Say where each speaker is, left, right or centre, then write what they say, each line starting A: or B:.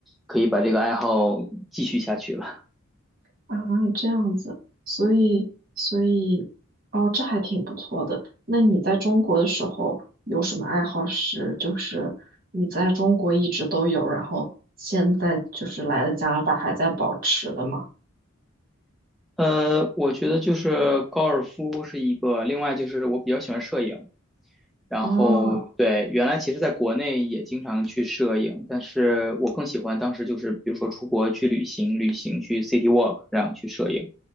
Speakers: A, in the centre; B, on the right (about 45°).
A: 可以把这个爱好继续下去了。
B: 啊，这样子，所以所以，哦，这还挺不错的。那你在中国的时候有什么爱好是，就是你在中国一直都有，然后现在就是来了加拿大还在保持的吗？
A: <laughs> 呃，我觉得就是高尔夫是一个，另外就是我比较喜欢摄影，然后对，
B: 啊，
A: 原来其实在国内也经常去摄影，但是我更喜欢当时就是比如说出国去旅行，旅行去 city walk，然后去摄影。